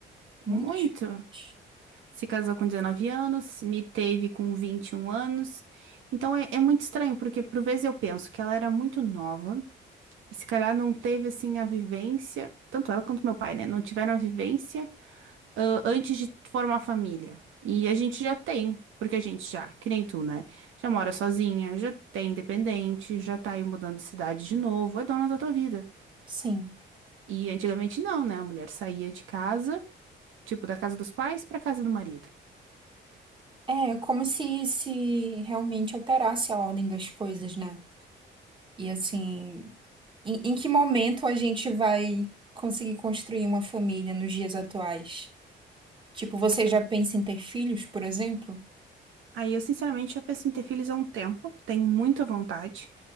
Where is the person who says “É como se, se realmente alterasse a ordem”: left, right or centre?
Right